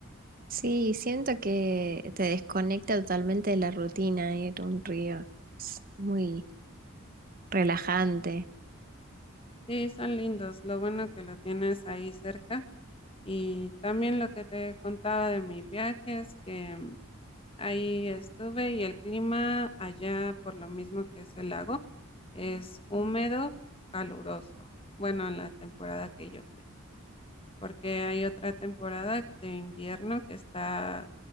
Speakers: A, on the right (about 40°); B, on the left (about 25°).
A: sí, siento que te desconecta totalmente de la rutina ir a un río. Es muy relajante.
B: Sí, son lindos. Lo bueno que lo tienes ahí cerca Y también lo que te contaba de mis viajes, que mm, ahí estuve y el clima allá, por lo mismo que es el lago, es húmedo, caluroso. Bueno, en la temporada que yo fui, porque hay otra temporada de invierno que está